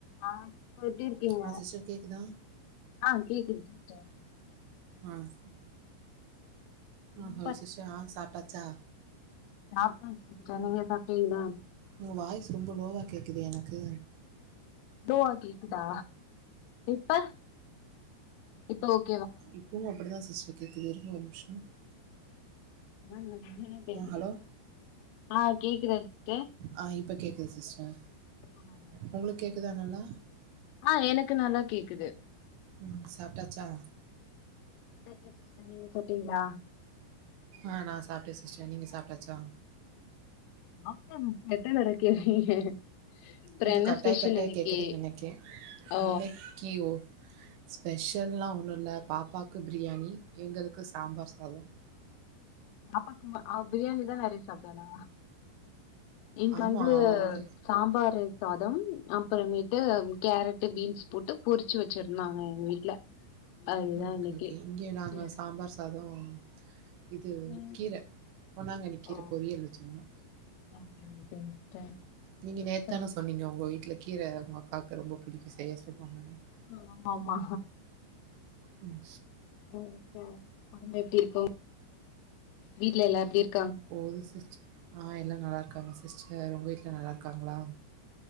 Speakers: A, on the left; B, on the right.
A: ஆ இப்ப எப்பிடி இருக்கீங்க
B: ஆ சிஸ்டர் கேக்குதா
A: ஆ கேக்குது சிஸ்டர்
B: ஆ ம்
A: என்ன
B: ஓஹோ சிஸ்டர் ஆ சாப்ட்டாச்சா
A: சாப்ட்டோ சிஸ்டர் நீங்க சாப்ட்டிங்களா
B: உங்க வாய்ஸ் ரொம்ப லோவா கேக்குது எனக்கு
A: தூவா கேக்குதா இப்ப இப்ப ஓக்
B: இப்பவு அப்புடிதா சிஸ்டர் கேக்குது இருங்க ஒரு நிமிஷோ
A: நானாதா என்ன கேக்குதா
B: ஆ ஹலோ
A: ஆ கேக்குதா சிஸ்டர்
B: ஆ இப்ப கேக்குது சிஸ்டர்
A: ஆ ஓகே
B: உங்களுக்கு
A: ஓகே
B: கேக்குதா நல்லா
A: ஆ எனக்கு நல்லா கேக்குது
B: ம் சப்ட்டாச்சா
A: இல்ல சிஸ்டர் நீங்க சாப்ட்டீங்களா
B: ஆ நா சாப்பிட்டே சிஸ்டர் நீங்க சாப்ட்டாச்சா
A: <unintelligible> அப்றோ
B: கொஞ்ச
A: என்ன
B: கட்டாய்
A: ஸ்பெஷல்
B: கட்டாய்
A: இன்னைக்கி
B: கேக்குதுன்னு நெனைக்கே
A: ஓ
B: இன்னிக்கு ஓ ஸ்பெஷல்லா ஒன்னு இல்ல பாப்பாக்கு பிரியாணி எங்களுக்கு சாம்பார் சாதம்
A: பாப்பாக்கு அவ பிரியாணிதா நெறைய சாப்பிடுவாளா எங்க
B: ஆமா
A: அங்குளு
B: அவங்க
A: சாம்பாரு சாதம் அப்புறமேட்டு கேரட் பீன்ஸ் போட்டு பொறிச்சி வச்சிருந்தாங்க எங்க வீட்ல அதுதா
B: ஓகே
A: இன்னைக்கு
B: ஓகே இங்க நாங்க
A: ம்
B: சாம்பார் சாதம் இது
A: ம்
B: கீர பொன்னாங்கனி கீர
A: ஓ
B: பொரியல் வச்சிருந்தோ
A: ஓகே ஓகேங் சிஸ்டர்
B: நீங்க நேத்தான
A: அப்புறம்
B: சொன்னீங்க உங்க வீட்ல கீர உங்க அக்காவுக்கு ரொம்ப புடிக்கு செய்ய சொல்லுவாங்கன்னு
A: ஆமா ஆமா
B: ம்
A: ஓ சிஸ்டர் ஒடம்பு எப்பிடி இருக்கு வீ ட்ல எல்லா எப்பிடி இருக்
B: போது சிஸ்ட ஆ எல்லா நல்லா இருக்காங்க சிஸ்டர் உங்க வீட்டுல நல்லா இருக்காங்களா